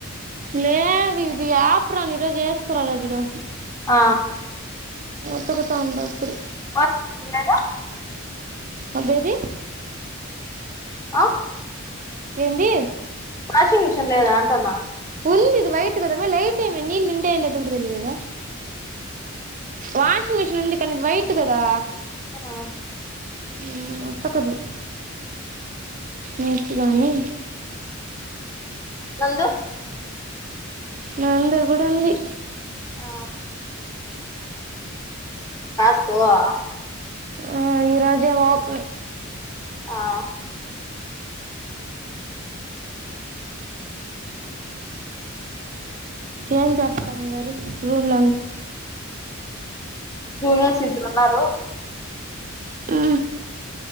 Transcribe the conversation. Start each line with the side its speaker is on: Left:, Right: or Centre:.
Right: లేదు ఇది అప్రాన్ ఈరోజు ఏసుకోల జుడు
Left: ఆ
Right: ఉతుకుత ఉండ ఇప్పుడు
Left: వాచింగ్ మెషిన్ లేదు
Right: ఆ బేబీ
Left: ఆ
Right: ఏంది
Left: వాషింగ్ మిషిన్ లేదా అంటన్నా
Right: ఉంది ఇది వైట్ కద మే లేట్ నీళ్లు నిండాయో కూడా తెలీలేదా వాషింగ్ మిషన్ ఉంది కనీ వైట్ కదా
Left: ఆ
Right: ఊ ఉతకదు నోట్గానీ
Left: నందు
Right: నందు కూడా ఉంది
Left: ఆ వా
Right: ఆ ఈ రోజే ఓప్ని
Left: ఆ
Right: ఏం చేస్తా ఉండారు రూమ్ల
Left: జూనియర్స్ ఇద్దరు ఉన్నారు
Right: ఉ